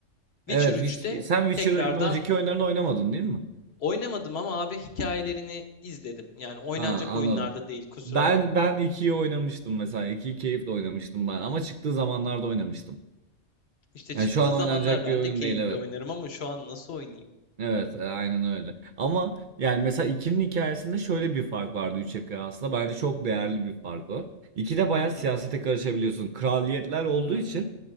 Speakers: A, on the left; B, on the right.
A: Witcher
B: Evet,
A: üç'te
B: Witch- sen
A: tekrardan
B: Witcher'ın önceki oyunlarını oynamadın değil mi?
A: Oynamadım ama abi hikayelerini izledim. Yani oynanacak
B: Aa, anladım.
A: oyunlarda değil kusura
B: Ben
A: bakma.
B: ben ikiyi oynamıştım mesela. ikiyi keyifle oynamıştım ben ama çıktığı zamanlarda oynamıştım.
A: İşte çıktığı
B: Yani şu an
A: zamanlar
B: oynanacak
A: ben
B: bir oyun
A: de keyifle
B: değil evet.
A: oynarım ama şu an nasıl oynayayım?
B: Evet, e, aynen öyle. Ama yani mesela iki'nin hikayesinde şöyle bir fark vardı 3'e kıyasla. Bence çok değerli bir fark o. 2'de bayağı
A: Hı hı.
B: siyasete karışabiliyorsun. Kraliyetler olduğu
A: Hmm.
B: için